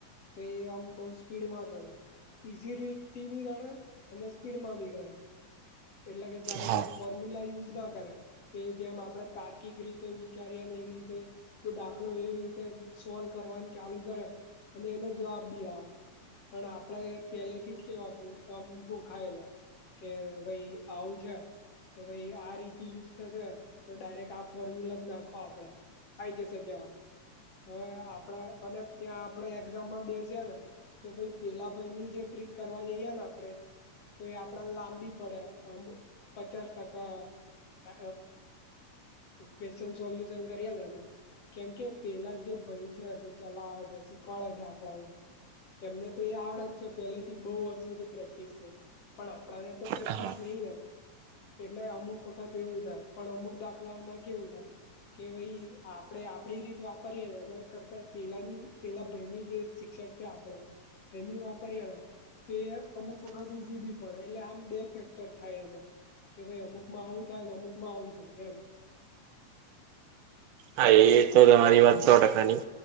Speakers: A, on the left; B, on the right.
A: તો એ આમ બઉ સ્પીડમાં ગણે. ઈઝી રીત થી બી ગણે અને સ્પીડ માં બી ગણે એટલે કે ધારો
B: હા.
A: કે ફોર્મ્યુલા યુઝ ના કરે કે જેમ આપણેે કાર્કિક રીતે વિચારીએ અને એવી રીતે એ દાખલો એવી રીતે સોલ્વ કરવાનું ચાલુ કરે અને એનો જવાબ બી આવે પણ આપડે પેલે થી જ કેવા આમ ગોખાયેલા કે ભાઈ આવું છે તો ભાઈ આ રીતે યુઝ થશે તો ડાયરેક્ટ આ ફોર્મ્યુલા જ નાખો આપડે આવી જશે જવા હવે આપડા અને ત્યાં આપણે એક્ઝામમાં બેસીયે ને તો ભાઈ પેલા ભાઈ ની જે ટ્રીક કરવા જઈએ ને આપડે તો એ આપડે લાંબી પડે અમુ પચાસ ટકા <unintelligible> ક્વેશ્ચન સોલ્યુશન કર્યા ને એમાં કેમ કે પેલા જે ભય છે તે ચલાવે છે શીખવાડે છે આપણા ને એમને તો એ આવડે જ છે પહેલે થી બહુ વર્ષો થી પ્રેક્ટિસ છેં પણ આપણાને તો પ્રેક
B: હા
A: નહી ને એટલે અમુક વખત એવું થાય પણ અમુક દાખલાઓમાં કેવું થાય કે ભાઈ આપડે આપડી રીત વાપરીએે એના કરતા પેલાની પેલા ભાઈની જે શિક્ષક છે આપડો એની વાપર્યા ને તે અમુક વખત ઈઝી બી પડે એટલે આમ બે ફેક્ટ થાય એમાં કે ભાઈ અમુકમાં આવું થાય ને અમુક માં આવું થાય એમ
B: હા એ તો તમારી વાત સો ટકાની